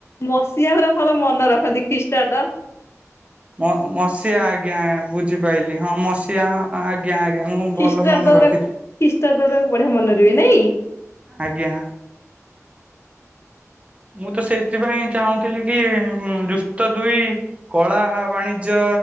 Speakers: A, on the left; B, on the right.
A: ମସିହା ହୁରା ଭଲ ମନେ ରଖନ୍ତି ଖ୍ରୀଷ୍ଟାବ୍ଦ।
B: ମ-ମସିହା ଆଜ୍ଞା ବୁଝିପାଇଲି ହଁ ମସିହା ଆ ଆ ଆଜ୍ଞା ଆଜ୍ଞା ମୁଁ
A: ଖ୍ରୀଷ୍ଟାବ୍ଦ
B: ଭଲ ମନେ
A: ଗୁରା
B: ରଖି
A: ଖ୍ରୀଷ୍ଟାବ୍ଦ ଗୁରାକ ବଢିଆ ମନେ ରୁହେ ନାଇଁ।
B: ଆଜ୍ଞା। ମୁଁ ତ ସେଇଥିପାଇଁ ଚାହୁଁଥିଲି କି ଉଁ ଯୁକ୍ତ ଦୁଇ କଳା ବାଣିଜ୍ୟ